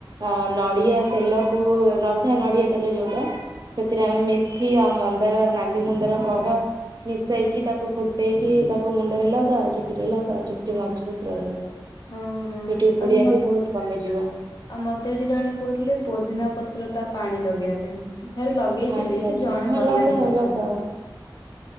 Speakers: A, on the right; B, on the left.
A: ଆଁ ନଡିଆ ତେଲକୁ ରନ୍ଧା ନଡ଼ିଆ ତେଲ ଯୋଉଟା ସେଥିରେ ଆମେ ମେଥି ଆଉ ମନ୍ଦାର ନାଲି ମନ୍ଦାର କଢ଼ ମିଶାଇକି ତାକୁ ଫୁଟେଇକି ତାକୁ ମୁଣ୍ଡରେ ଲଗାଅ ଚୁଟିରେ ଲଗାଅ ଚୁଟି ମଜବୁତ ରହିବ।
B: ହଁ ହଁ
A: ଚୁଟି ଉପୁଡିବା
B: ଆଉ ମ
A: ବି ବହୁତ କମିଯିବ।
B: ଆଉ ମତେ ଏଠି ଜଣେ କହୁଥିଲେ ପୋଦିନା ପତ୍ର ତା ପାଣି ଲଗେଇବା ପାଇଁ ମୁଁ ଥରେ ଲଗେଇଥିଲି
A: ଆଚ୍ଛା
B: କି
A: ଆଚ୍ଛା
B: ଜଣା
A: ହଁ
B: ପଡିଲାନି
A: ଲଗାଅ
B: କଣ
A: ଲଗାଅ
B: ହେଲା।